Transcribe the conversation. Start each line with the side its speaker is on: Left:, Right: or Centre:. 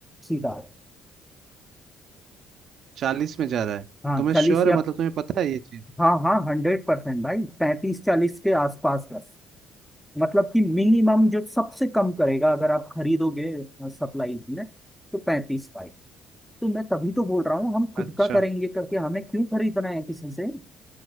Centre: सीधा
Right: चालीस में जा रहा है
Centre: हाँ
Right: तुम्हें
Centre: चालीस
Right: श्योर
Centre: या
Right: है मतलब तुम्हें पता है ये चीज
Centre: हाँ हाँ हंड्रेड परसेंट भाई पैंतीस चालीस के आसपास बस मतलब कि मिनिमम जो सबसे कम करेगा अगर आप खरीदोगे सप्लाई में तो पैंतीस भाई तो मैं तभी तो बोल रहा हूँ हम खुद
Right: अच्छा
Centre: का करेंगे करके हमें क्यों खरीदना है किसी से